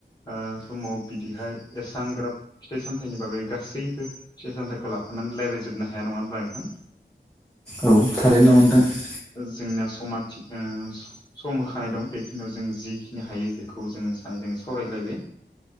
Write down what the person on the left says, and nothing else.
ओ समाव बिदिहाय एसांग्राब फिथाइ सामथाइनि बागै गासैबो फिथाइ सामथाइखौ लाफानानै रायज्लायजोब जोबनो हाया नङा होनब्ला नोंथां?
जोंना समा समा थिखा सम‌ होखानाय दं बेखिनियाव जों जिखिनि हायो बेखौ जोङो सानै जों सावरायलायबाय